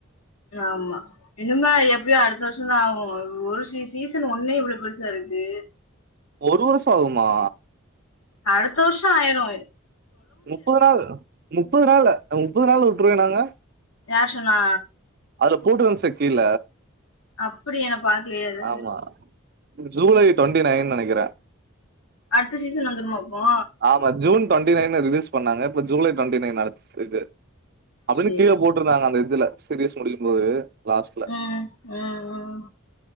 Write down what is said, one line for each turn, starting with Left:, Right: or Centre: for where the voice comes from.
Left: ஆமா இனிமே எப்டியோ அடுத்த வருஷ தா ஆகு ஒரு சீசன் ஒன்னே இவ்வளோ பெருசா இருக்கு
Right: ஒரு வருஷ ஆகுமா
Left: அடுத்த வருஷொ ஆயிடு
Right: முப்பது நாள் முப்பது நாள் முப்பது நாள் விட்ருவே நாங்க
Left: யார் சொன்னா
Right: அதுல போட்டுறுன்ச்ச கீழ
Left: அப்டியா நா என பாக்லையே அது
Right: ஆமா ஜூலை டுவெண்ட்டி நைன் நெனைக்கிறே
Left: அடுத்த சீசன் வந்துடுமா அப்போ
Right: ஆமா ஜூன் டுவெண்டிை நைன்னு ரிலீஸ் பண்ணாங்க இப்ப ஜூலை டுவெண்டி நைன் இது அப்டின்னு
Left: சேரி
Right: கீழே போட்ருந்தாங்க
Left: சேரி
Right: அந்த இதுல சீரிஸ் முடியும்போது லாஸ்ட்ல
Left: ம் ம் ம்